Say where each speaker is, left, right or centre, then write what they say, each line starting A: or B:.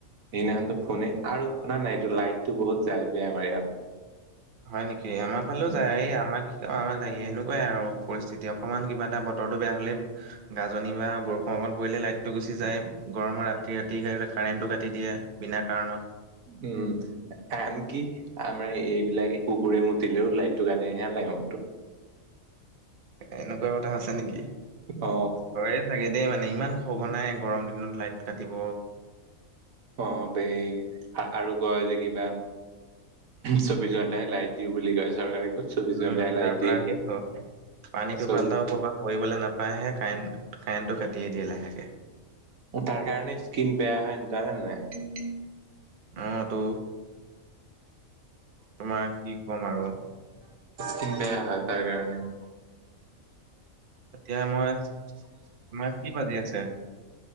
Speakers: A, on the right; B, on the right.
A: সেইদিনাখনতো ফোনে, আৰু শুনা নাই এইটো লাইটতটো বহুত যায় বেয়ামাৰ ইয়াত।
B: হয় নেকি, আমাৰ ফালেও
A: উম,
B: যায় এই আমাক কি আমাৰ যে, এনেকুৱাই আৰু পৰিস্থিতি অকমান কিবা এটা বতৰটো বেয়া হ'লেই গাজনি বা বৰষুণ অকণ পৰিলে লাইটটো গুচি যায়, গৰমত ৰাতি ৰাতি কাৰেণ্টটো কাটি দিয়ে। বিনা কাৰণত।
A: উম, আনকি আমাৰ এইবিলাকে কুকুৰে মুতিলেও লাইটশটো কাটি হে লাগে
B: এনেকুৱা কথা আছে নেকি?
A: অ,
B: হয়ে চাগে দেই, মানে ইমান খঘনাই গৰম দিনত লাইট কাটিব।
A: অ, বে, আৰু কয় যে কিবা চৌবিশ ঘণ্টাহে লাইট দিওঁ বুলি কয় চৰকাৰে ক'ত চৌবিশ
B: উম,
A: ঘন্টাই লাইট
B: তাৰ
A: দিয়ে।
B: পৰা সেইটো পানী টোপালটাও
A: চৌবিশ
B: পবা। কৰিবলৈ নাপায়হে কাৰেণ্ট কাৰেণ্টটো কাটিয়েই দিয়ে লাহেকৈ।
A: তাৰ কাৰণে স্কিন বেয়া হয় ন জানে নাই।
B: অ, তো। তোমাৰ কি ক'ম আৰু।
A: চিন্তাই হয় তাৰ কাৰণেও।
B: এতিয়া মই, তোমাৰ কি বাজি আছে?